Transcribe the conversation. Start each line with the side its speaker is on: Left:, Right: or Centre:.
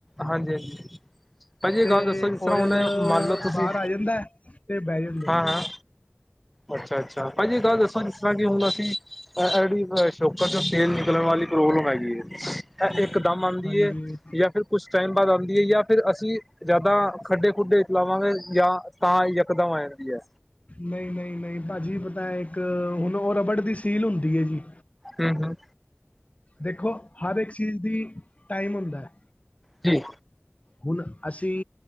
Centre: ਹਾਂਜੀ ਹਾਂਜੀ ਭਾਜੀ ਇਹ
Left: ਤੇ
Centre: ਗੱਲ ਦੱਸੋ ਜਿਸ
Left: ਓਇਲ
Centre: ਤਰ੍ਹਾਂ ਉਹਨੇ ਮੰਨ ਲਓ ਤੁਸੀਂ
Left: ਬਾਹਰ ਆ ਜਾਂਦਾ ਹੈ ਤੇ ਬਹਿ ਜਾਂਦੇ
Centre: ਹਾਂ
Left: ਨੇ
Centre: ਹਾਂ ਅੱਛਾ-ਅੱਛਾ ਭਾਜੀ ਇਕ ਗੱਲ ਦੱਸੋ ਜਿਸ ਤਰ੍ਹਾਂ ਕੀ ਹੁਣ ਅਸੀਂ ਇਹ ਜਿਹੜੀ ਸ਼ੋਕ ਚੋਂ ਤੇਲ ਨਿਕਲਣ ਵਾਲੀ ਪ੍ਰੌਬਲਮ ਹੈਗੀ ਏ। ਇਹ ਇੱਕ ਦਮ ਆਉਂਦੀ
Left: ਹਾਂਜੀ
Centre: ਹੈ ਜਾਂ ਫਿਰ ਕੁਛ ਟਾਈਮ ਬਾਅਦ ਆਉਂਦੀ ਹੈ ਜਾਂ ਫਿਰ ਅਸੀਂ ਜਿਆਦਾ ਖੱਡੇ ਖੁੱਡੇ ਚਲਾਵਾਂਗੇ ਜਾਂ ਤਾਂ ਇਕਦਮ ਆ ਜਾਂਦੀ ਹੈ
Left: ਨਹੀਂ-ਨਹੀਂ-ਨਹੀਂ ਭਾਜੀ ਪਤਾ ਇੱਕ ਹੁਣ ਉਹ ਰਬੜ ਦੀ ਸੀਲ ਹੁੰਦੀ ਹੈ ਜੀ
Centre: ਹਮ-ਹਮ
Left: ਦੇਖੋ ਹਰ ਇੱਕ ਚੀਜ਼ ਦੀ ਟਾਈਮ ਹੁੰਦਾ ਹੈ।
Centre: ਜੀ
Left: ਹੁਣ ਅਸੀਂ